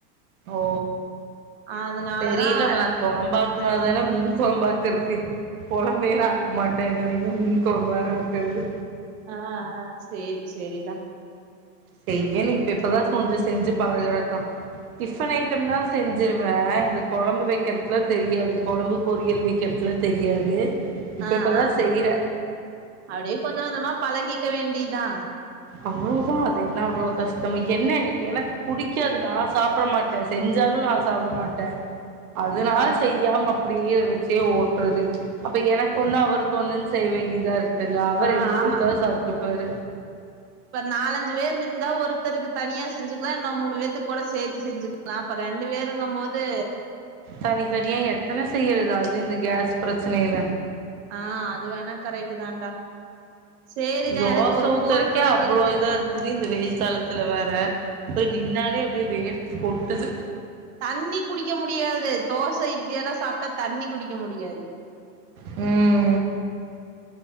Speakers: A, on the right (about 60°); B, on the right (about 45°).
A: ஓ
B: அதனாலதா
A: தெரியுல நா கொழம்பாக்கனாதானே மீன் கொழம்பா க்ருக்கு கொழம்பேலா நா ஆக்க மாட்டே இதுல எங்க மீன் கொழம்பு வேற ஆக்கறது
B: ஆ ஆ செரி செரிடா
A: செய்யல இப்ப இப்பதா கொஞ்சு செஞ்சு பழகுறேக்கா டிஃபன் ஐட்டம் தா செஞ்சிருவே இந்த குழம்பு வைக்கிறதுல தெரியாது குழம்பு பொரியல் வைக்கிறதல தெரியாது இப்ப
B: ஆ
A: இப்பதா
B: ஆஆ
A: செய்றே
B: அப்படியே கொஞ்சோ கொஞ்சமா பழகிக்க வேண்டிதா
A: அவ்வளோதா அது என்ன அவ்ளோ கஷ்டம என்ன எனக்கு பிடிக்காது நா சாப்ட மாட்டே செஞ்சாலு நான சாப்ட மாட்டே அதுனால
B: ஆ
A: செய் அப்டியே வச்சே ஓட்டுறது அப்ப எனக்கு ஒண்ணு அவருக்கு ஒண்ணுனு செய்ய வேண்டியதா இருக்கு எல்ல அவரு
B: ஆ
A: எது
B: ஆமா
A: கொடுத்தாலு சாப்பிட்டுப்பாரு
B: இப்ப நாலஞ்சு பேர் இருந்தா ஒருத்தருக்கு தனியா செஞ்சுக்கலா இன்னா மூணு பேத்துக்கு கூட சேத்து செஞ்சக்கலா நா இப்ப ரெண்டு பேருங்போது
A: தனித்தனியா எத்தன செய்யறது அதுவு இந்த கேஸ் பிரச்சனையில
B: ஆ அது வேணா கரெக்ட் தான்டா சரிடா
A: தோச
B: எனக்கு ஒரு
A: ஊத்தறக்கே
B: போன் கால்
A: அவ்ளோ
B: வருது
A: இதா இந்த வெயில் காலத்துல வேற போய் நின்னாலே அப்டியே வேர்த்து கொட்டுது
B: தண்ணி குடிக்க முடியாது தோசை இட்லி எல்லா சாப்ட்டா தண்ணி குடிக்க முடியாது
A: உ